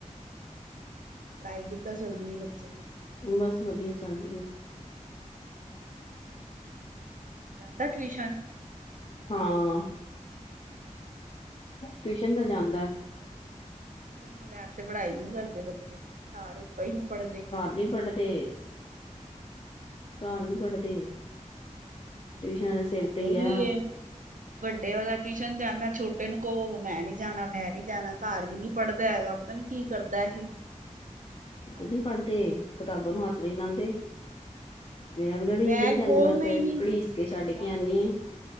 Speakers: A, on the right; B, on the left.
A: ਪੜਾਈ ਕਿੱਦਾਂ ਚੱਲਦੀ ਵੇ ਬੱਚੇ ਦੀ।
B: ਬਸ ਵਧੀਆ ਚੱਲਦੀ ਹੈ।
A: ਜਾਂਦਾ ਟਿਊਸ਼ਨ?
B: ਹਾਂ। ਟਿਊਸ਼ਨ ਤਾ ਜਾਂਦਾ।
A: ਟਿਊਸ਼ਨ ਬਗੈਰ ਤੇ ਪੜ੍ਹਾਈ ਨਹੀਂ ਕਰਦੇ ਬੱਚੇ। ਘਰ ਉਕਾ ਹੀ ਨਹੀਂ ਪੜ੍ਹਦੇਂ।
B: ਨਹੀਂ ਪੜਦੇ। ਘਰ ਨੀ ਪੜ੍ਹਦੇ। ਟਿਊਸ਼ਨਾਂ ਦੇ ਸਿਰ
A: ਸਾਡੇ
B: ਤੇ ਹੀ
A: ਵੀ
B: ਆ।
A: ਇਹ ਵੱਡੇ ਵਾਲਾ ਟਿਊਸ਼ਨ ਜਾਂਦਾ ਛੋਟਾ ਏਨੂੰ ਕਹੋ ਮੈਂ ਨੀ ਜਾਣਾ ਮੈਂ ਨੀ ਜਾਣਾ ਘਰ ਵੀ ਨੀ ਪੜ੍ਹਦਾ ਹੈਗਾ, ਪਤਾ ਨੀ ਕੀ ਕਰਦਾ ਇਹ ਹਾਂ
B: ਉਹ ਨੀ ਪੜ੍ਹਦੇ ਕਿਤਾਬਾਂ ਨੂੰ ਹੱਥ ਨੀ ਲਾਉਂਦੇ ਮੇਰਾ
A: ਹਾਂ,
B: ਵੀ ਲੜੀ
A: ਬੈਗ
B: ਨਹੀਂ ਜਾਂਦਾ
A: ਖੋਲਣਾ
B: ਮੈਂ ਤੇ
A: ਹੀ ਨੀ
B: ਘੜੀਸ ਕੇ ਛੱਡ ਕੇ ਆਉਦੀ ਆਾਂ